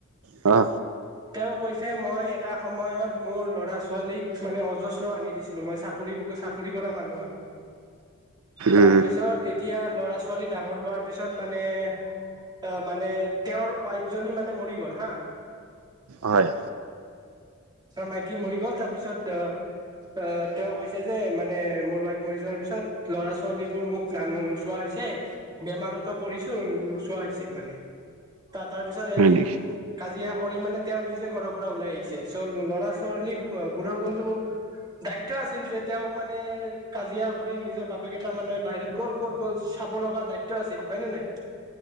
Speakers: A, on the right; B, on the right.
A: হা?
B: তেওঁ কৈছে মই এটা সময়ত মোৰ ল'ৰা ছোৱালীক মানে অজস্ৰ আনি দিছিলোঁ, মই চাক কৰি চাকৰি কৰা মানুহ হয়। তাৰপিছত
A: উম
B: এতিয়া ল'ৰা ছোৱা ছোৱালী ডাঙৰ হোৱাৰ পিছত মানে অ' মানে তেওঁৰ ৱাইফজনী মানে মৰি গ'ল হা।
A: হয়
B: তাৰ মাইকী মৰি গ'ল তাৰপিছত আ, আ তেওঁ কৈছে যে মানে মোৰ ৱাইফ মৰি যোৱাৰ পিছত ল'ৰা ছোৱালীবোৰ মোক নানো নোচোৱা হৈছে। বেমাৰতো পৰিছো, নোচোৱা হৈছে মানে। তা-তাৰ পিছত
A: হয়
B: এদিন
A: নেকি
B: কাজিয়া কৰি মানে তেওঁ নিজে ঘৰৰ পৰা ওলাই আহিছে চ' ল'ৰা ছোৱালী অ' বু়ৰ কণটো দায়িত্ব আছিল যে তেওঁ মানে কাজিয়া কৰি নিজৰ বাপেকেইটা মানে বাহিৰত গ'ল, ক'ত গ'ল চাব লগা দায়িত্ব আছিল হয় নে নাই?